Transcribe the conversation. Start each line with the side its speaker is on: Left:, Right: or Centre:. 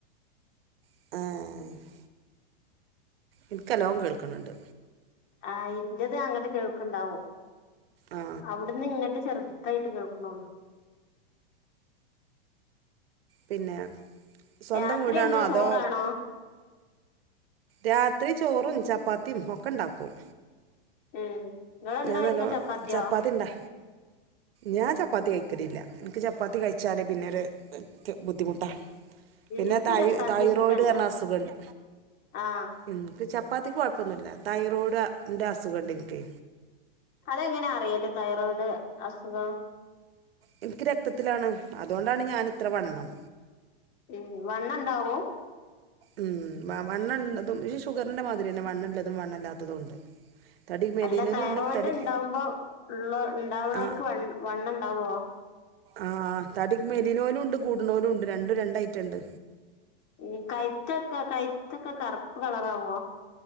Right: ആഹ് എനിക്ക്ലോം കേൾക്കുന്നുണ്ട്
Left: ആഹ് ഇന്റത് അങ്ങട്ട് കേൾക്കണ്ടാവും
Right: ആ
Left: അവിടുന്ന് ഇങ്ങട്ട് ചെറു തായിട്ട് കേൾക്കണള്ളൂ
Right: പിന്നെ സ്വന്തം
Left: രാത്രി
Right: വൂടാണോ
Left: എന്താ
Right: അതോ
Left: ചോറാണോ
Right: രാത്രി ചോറും ചപ്പാത്തിയും ഒക്കെ ഇണ്ടാക്കും
Left: ഉം നിങ്ങളെന്താ
Right: ഞാൻ
Left: കഴിക്കാ
Right: നല്ലോ
Left: ചപ്പാത്തിയോ
Right: ചപ്പാത്തി ഇണ്ടാ ഞാൻ ചപ്പാത്തി കഴിക്കലില്ല എനിക്ക് ചപ്പാത്തി കഴിച്ചാല് പിന്നെരു ബുദ്ധിമുട്ടാണ് പിന്നെ
Left: എനിക്ക്
Right: തൈ
Left: ചപ്പാത്തി
Right: തൈറോയ്ഡറഞ്ഞ
Left: ഇഷ്ടല്ല
Right: അസുഖുണ്ട്
Left: ആ
Right: ഉം എനിക്ക് ചപ്പാത്തിക്ക് കുഴപ്പന്നുല്ല തൈറോയ്ഡ്ൻ്റെ അസുഖം ഉണ്ടെനിക്ക്
Left: അതെങ്ങനെ അറിയല് തൈറോയിഡ് അസുഖം
Right: എനിക്ക് രക്തത്തിലാണ് അതുകൊണ്ടാണ് ഞാൻ ഇത്ര വണ്ണം
Left: ഉം വണ്ണ ഉണ്ടാവോ
Right: ഉം വണ്ണണ്ള്ളതും പെ ഷുഗറിന്റെ മാതിരി തന്നെ വണ്ണള്ളതും വണ്ണല്ലാത്തതും ഉണ്ട് തടി മെലിയുന്നതും
Left: അല്ല തൈറോയിഡ്
Right: ഉണ്ട് തടി
Left: ഉണ്ടാവുമ്പോ ഉള്ള ഉണ്ടാവുന്നവർക്ക്
Right: ആ
Left: വ വണ്ണം ഉണ്ടാവോ
Right: ആഹ് തടി മെലിനോലും ഉണ്ട് കൂടനോലും ഉണ്ട് രണ്ടും രണ്ട ഐറ്റം ഉണ്ട്
Left: ഈ കഴത്തൊക്കെ കഴത്തൊക്കെ കറുപ്പ് കളറാവോ